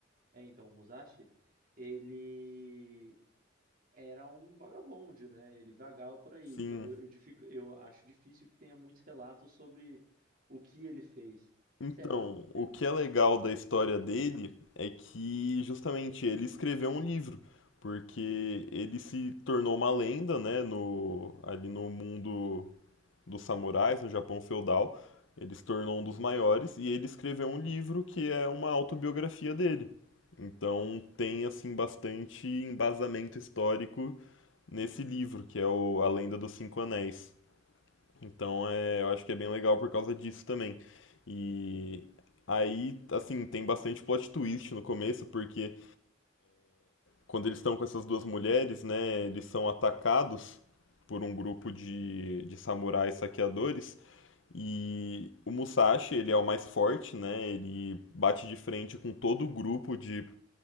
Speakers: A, on the right; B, on the left.
A: É, então, o Musashi, ele era um vagabundo, né? Ele vagava por aí.
B: Sim.
A: Então eu, eu, dific- eu acho difícil que tenha muitos relatos sobre o que ele fez.
B: Então,
A: Será que teve?
B: o que é legal da história dele é que justamente ele escreveu um livro, porque ele se tornou uma lenda, né, no ali no mundo dos samurais no Japão feudal. Ele se tornou um dos maiores e ele escreveu um livro que é uma autobiografia dele. Então tem assim bastante embasamento histórico nesse livro, que é o A Lenda dos Cinco Anéis. Então é, eu acho que é bem legal por causa disso também. E aí, assim, tem bastante plot twist no começo, porque quando eles estão com essas duas mulheres, né, eles são atacados por um grupo de, de samurais saqueadores. E o Musashi, ele é o mais forte, né? Ele bate de frente com todo o grupo de.